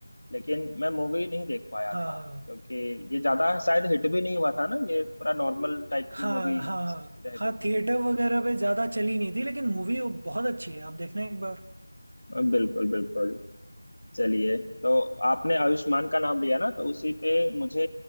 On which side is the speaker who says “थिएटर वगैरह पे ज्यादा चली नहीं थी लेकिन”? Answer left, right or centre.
Right